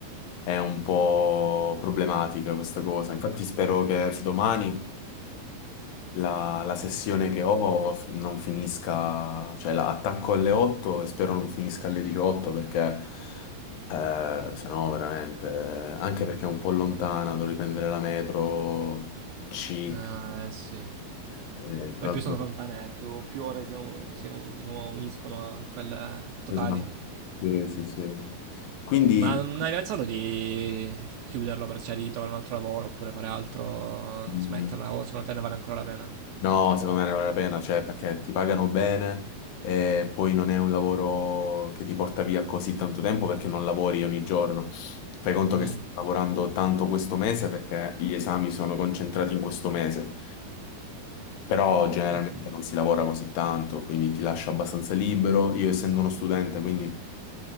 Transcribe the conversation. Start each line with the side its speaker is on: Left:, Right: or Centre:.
Left: è un po' problematica questa cosa. Infatti spero che domani la, la sessione che ho f- non finisca, cioè la attacco alle 8 e spero non finisca alle 18 perché eh, se no veramente, anche perché è un po' lontana, devo riprendere la metro C.
Right: Ah, eh sì.
Left: Eh, tra
Right: Poi più
Left: l'altro,
Right: sono lontane, eh, più, più ore si, un- si un- diciamo, uniscono a quelle totali.
Left: esatto. Sì, sì, sì. Quindi,
Right: Ma non hai pensato di chiuderlo, per, cioè di trovare un altro lavoro oppure fare altro,
Left: mm,
Right: smetterla? O secondo te ne vale ancora la pena?
Left: No, secondo me ne vale la pena, cioè perché ti pagano bene e poi non è un lavoro che ti porta via così tanto tempo perché non lavori ogni giorno. Fai conto
Right: Mm,
Left: che Mm. stai lavorando tanto questo mese perché gli esami sono concentrati in questo mese, però generalmente
Right: ho capito.
Left: non si lavora così tanto, quindi ti lascia abbastanza libero. Io essendo uno studente, quindi